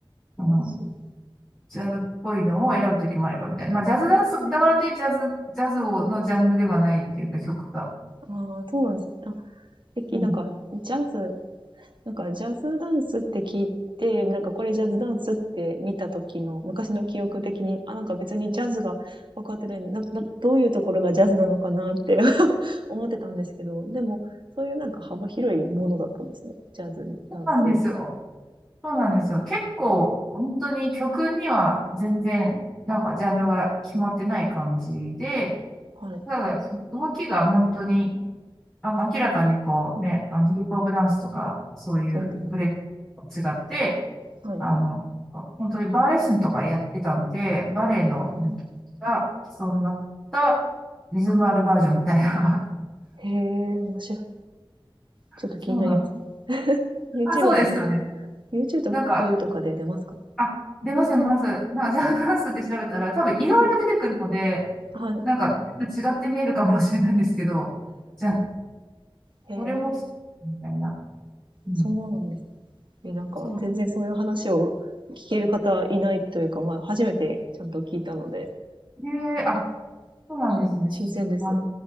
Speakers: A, in the centre; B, on the right.
A: うん
B: そう。
A: ジャズっぽいのを選ぶときもあればみたいな。まあ、ジャズダンス、だからといってジャズ、ジャズをのジャンルではないっていうか曲が。
B: ああ、そうなんですね。あ、えきなんか、
A: うん。
B: ジャズなんかジャズダンスって聞いて、なんかこれジャズダンスって見た時の昔の記憶的に、あ、なんか別にジャズが分かってないなな、どういうところがジャズなのかなって <laughs> 思ってたんですけど、でもそういうなんか幅広いものだったんですね。ジャズダンスって。
A: そうなんですよ。そうなんですよ。結構、本当に曲には全然、なんかジャンルが決まってない感じで、
B: はい。
A: ただ、その動きが本当に、あの、明らかにこうね、あの、ヒップホップダンスとか、そういうブレと
B: うん。
A: 違って、
B: はい。
A: あの、本当にバーレッスンとかやってたんで、バレエの、
B: うん
A: 本当が基礎になったリズムあるバージョンみたいな。
B: へえ、面白い。
A: <laughs>
B: ちょっと気になりますね。
A: そうなんだ。
B: YouTube
A: あ、そうですよね。
B: とかで、YouTube
A: なんか、
B: とかで出ますか
A: あ、出ます出ますな、ジャズダンスって調べたら、多分いろいろ出てくるので、
B: はい。はい。
A: なんか、違って見えるかもしれないんですけど、じゃあ、
B: へえ、
A: これもそう、みたいな。うん。
B: そうなんですねえ、なんか、
A: そう。
B: 全然そういう話を聞ける方いないというか、まあ、初めてちゃんと聞いたので、
A: ねえ、
B: えー
A: あ、そうなんですね。
B: はい、新鮮です。
A: あ、